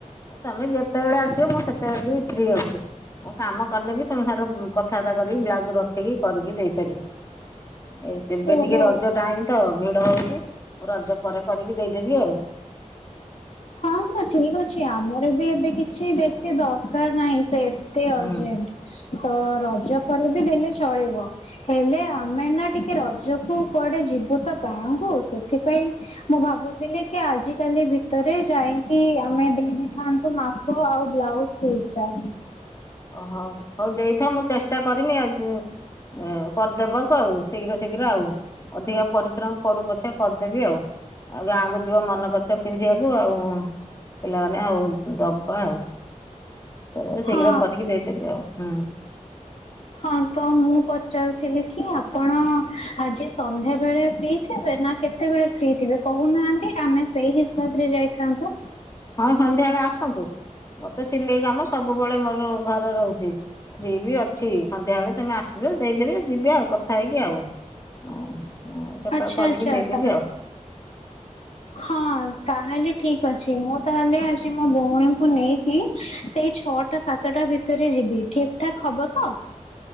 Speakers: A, on the left; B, on the left.
A: ତମେ ଯେତେବେଳେ ଆସିବ ମୁଁ ସେତେବେଳେ ବି ଫ୍ରି ଅଛି। କାମ କଲେ ବି ତମେ ସାଇର କଥାବାର୍ତା କରିକି ବ୍ଲାଉଜ ରଖିକି କରିକି ଦେଇପାରିବି। ଏ ଏବେ
B: ଓହୋ
A: ଟିକେ ରଜ ଟାଇମ ତ ଭିଡ ହଉଛି। ମୁଁ ରଜ ପରେ କରିକି ଦେଇଦେବି ଆଉ।
B: ହଁ। ହଁ। ଠିକ ଅଛି ଆମର ବି ଏବେ କି ଛି, ବେଶୀ ଦରକାର ନାହିଁ ସେ ଏତେ
A: ହୁଁ
B: ଅର୍ଜେଣ୍ଟ। ତ ରଜ ପରେ ବିି ଦେଲେ ଚଳିବ। ହେଲେ ଆମେ ନା ଟିକେ ରଜକୁ କୁଆଡେ ଯିବୁ ତ ଗାଁକୁ। ସେଥିପାଇଁ ମୁଁ ଭାବୁଥିଲି କି ଆଜିକାଲି ଭି ତରେ ଯାଇକି ଆମେ ଦେଇ ଦେଇଥାନ୍ତୁ ମାପ ଆଉ ବ୍ଲାଉଜ ପିସ୍ ଟା।
A: ଓହୋ ହଉ ଦେଇଥାଅ ମୁଁ ଚେଷ୍ଟା କରିମି ଆସିବାକୁ। ହୁଁ। ପଞ୍ଚାବନ ତୋ ଆଉ ଶୀଘ୍ର ଶୀଘ୍ର ଆଉ। ଅଧିକ ପରିଶ୍ରମ ପଡୁ ପଛେ କରିଦେବି ଆଉ। <inaudible> ଆଉ ଗାଁକୁ ଯି ଯିବ ମନକରିଚ ପିନ୍ଧିବାକୁ ଆଉ। <inaudible> ପିଲାମାନେ ଆଉ ଦବା ଆଉ। ଏ ଶୀଘ୍ର
B: ହଁ।
A: କରିକି ଦେଇଦେବି ଆଉ ହୁଁ
B: ହଁ। ତ ମୁଁ ପଚାରୁଥିଲି କି ଆପଣ ଆଜି ସନ୍ଧ୍ୟାବେଳେ ଫ୍ରି ଥିବେ? ନା କେତେ କେତେବେଳେ ଫ୍ରି ଥିବେ କହୁନାହାନ୍ତି। ଆମେ ସେଇ ହିସାବରେ ଯାଇଥାଆନ୍ତୁ।
A: ହଁ ସନ୍ଧ୍ୟାବେଳେ ଆସନ୍ତୁ। <inaudible> ମୋରତ ସିଲେଇ କାମ ସବୁବେଳେ ମୋର ଘରେ ରହୁଚି। ଫ୍ରି ବି ଅଛି। ସନ୍ଧ୍ୟା ବେଳେ ତମେ ଆସିବ ଦେଇଦେବେ ଯିବେ ଆଉ କଥା ହେଇକି ଆଉ। କେତେବେଳେ
B: ଆଚ୍ଛା
A: କରିକି
B: ଆଚ୍ଛା
A: ଦେଇଦେବି
B: ତା
A: ଆଉ।
B: ହଁ। ତାହେଲେ ଠିକ ଅଛି। ମୁଁ ତାହେଲେ ଆଜି ମୋ ଭଉଣୀଙ୍କୁ ନେଇକି। ସେଇ ଛ ଟା, ସାତଟା ଭିତରେ ଯିବି ଠିକ ଠାକ ହବ ତ?